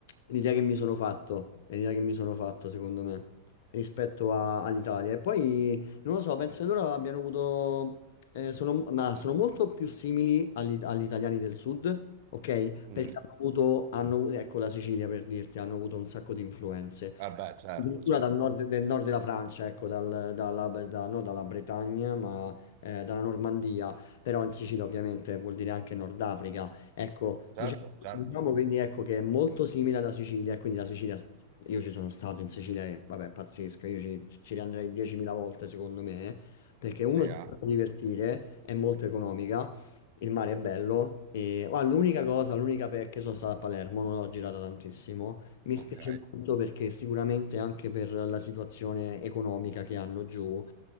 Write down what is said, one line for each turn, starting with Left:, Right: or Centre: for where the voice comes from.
Left: l'idea che mi sono fatto, è l'idea che mi sono fatto, secondo me, rispetto a- all'Italia. E poi, non lo so, penso che loro abbiano avuto, eh, sono, ma sono molto più simili agli, agli italiani del Sud. Ok,
Right: Mhm.
Left: perché hanno avuto, hanno, ecco la Sicilia per dirti, hanno avuto un sacco di influenze.
Right: Ah, beh, certo,
Left: Addirittura
Right: certo,
Left: dal nord, del nord della Francia, ecco, dal- dalla, da- non dalla Bretagna, ma eh, dalla Normandia, però in Sicilia ovviamente vuol dire anche Nord Africa. Ecco,
Right: certo,
Left: diciamo,
Right: certo.
Left: diciamo quindi ecco che è molto simile alla Sicilia, e quindi la Sicilia, io ci sono stato in Sicilia, e, vabbè, è pazzesca, io ci, ci riandrei 10.000 volte secondo me, perché
Right: Sì,
Left: uno si
Right: eh?
Left: fa divertire, è molto economica, il mare è bello, e ah, l'unica cosa, l'unica pecca, sono stato a Palermo, non l'ho girata tantissimo. Mi
Right: Ok.
Left: spiace molto perché sicuramente anche per la situazione economica che hanno giù